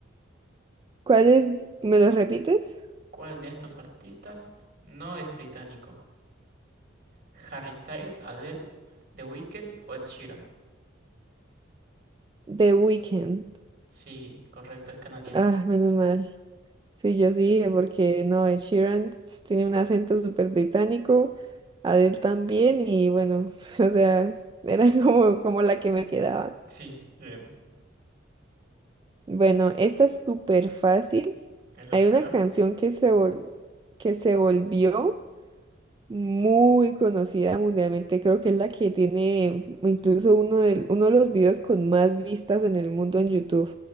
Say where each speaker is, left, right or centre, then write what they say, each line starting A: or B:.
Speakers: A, on the right (about 25°); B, on the right (about 55°).
A: ¿cuáles? ¿Me los repites?
B: ¿Cuál de estos artistas no es británico? ¿Harry Styles, Adele, The Weeknd o Ed Sheeran?
A: The Weeknd.
B: Sí, correcto, es canadiense.
A: Ah, menos mal. Sí, yo sí, dije, porque no, Ed Sheeran tiene un acento súper británico, Adele también, y bueno, <laughs> o sea, era como, como la que me quedaba.
B: Sí, bien,
A: Bueno, esta es súper fácil.
B: eso
A: Hay
B: espero.
A: una canción que se vol- que se volvió muy conocida mundialmente. Creo que es la que tiene incluso uno de, uno de los videos con más vistas en el mundo en YouTube,